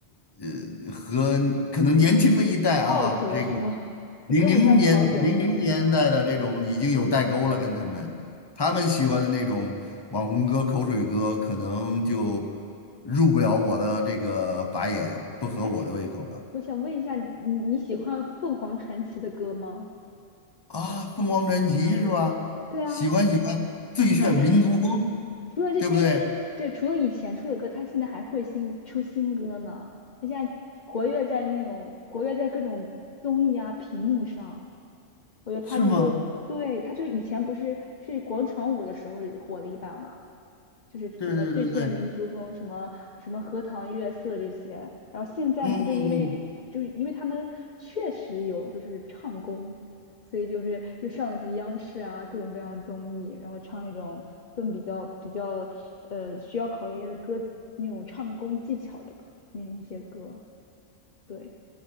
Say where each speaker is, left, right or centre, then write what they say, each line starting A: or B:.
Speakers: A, on the left; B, on the left.
A: 呃和可能年轻的一代啊，
B: out 了是吗？
A: 这个。
B: 就跟不上潮流了。
A: 零零年零零年代的这种已经有代沟了，跟他们他们喜欢的那种网红歌、口水歌，可能就入不了我的这个法眼，不合我的胃口了
B: 哎，我想问一下，你你喜欢凤凰传奇的歌吗？
A: 啊。凤凰传奇是吧？
B: 对啊，
A: 喜欢喜欢最炫民族风，
B: 对啊，他除了这些歌，
A: 对不对？
B: 就除了以前出的歌，他现在还会新出新歌呢。他现在活跃在那种活跃在各种综艺啊、屏幕上。我觉得他就是，
A: 是吗？
B: 对，他就是以前不是是广场舞的时候火了一把嘛，就是什么最炫民族风，
A: 对对对对，
B: 什么什么荷塘月色这些。然后现在呢，
A: 嗯嗯嗯。
B: 他就因为就是因为他们确实有就是唱功，所以就是又上了这央视啊各种各样的综艺，然后唱那种更比较比较呃需要考验歌那种唱功技巧的歌那一些歌，对